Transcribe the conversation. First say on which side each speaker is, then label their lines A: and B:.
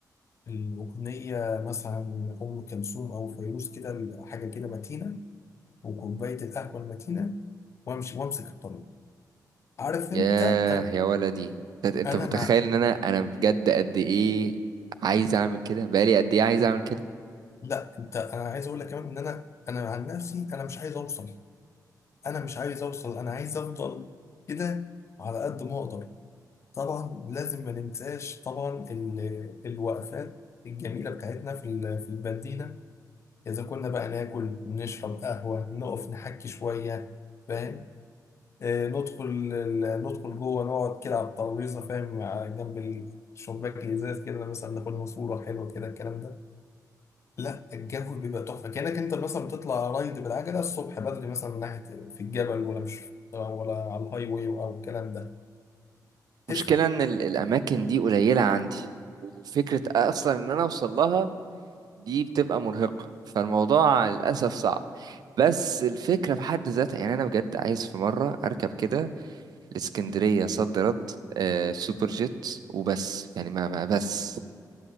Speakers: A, on the left; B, on the right.
A: الأغنية مثلا أم كلثوم أو فيروز كده حاجة كده متينة وكوباية القهوة المتينة وأمشي وأمسك الطريق عارف أنت
B: ياه
A: أنا
B: يا ولدي انت أنت
A: أنا
B: متخيل
A: مع
B: ان انا انا بجد قد ايه عايز اعمل كده بقالي قد ايه عايز اعمل كده
A: لا أنت أنا عايز أقول لك كمان إن أنا أنا عن نفسي أنا مش عايز أوصل أنا مش عايز أوصل أنا عايز أفضل كده على قد ما أقدر طبعا لازم ما ننساش طبعا ال- الوقفات الجميلة بتاعتنا في ال- في المدينة إذا كنا بقى ناكل نشرب قهوة نقف نحكي شوية فاهم آه، ندخل ال- ندخل جوه نقعد كده على الترابيزه فاهم مع- جنب الشباك الازاز كده مثلا ناخد لنا صوره حلوه كده الكلام ده لا الجو بيبقى تحفه كانك انت مثلا بتطلع رايد بالعجله الصبح بدري مثلا من ناحيه في الجبل ولا مش ولا على الهاي واي او الكلام ده
B: مشكلة
A: تفرق
B: ان ال- الاماكن دي قليلة عندي وفكرة اصلا ان انا اوصل لها دي بتبقى مرهقة فالموضوع للأسف صعب بس الفكرة في حد ذاتها يعني أنا بجد عايز في مرة أركب كده الإسكندرية صد رد آه سوبر جيت وبس يعني ما, ما بس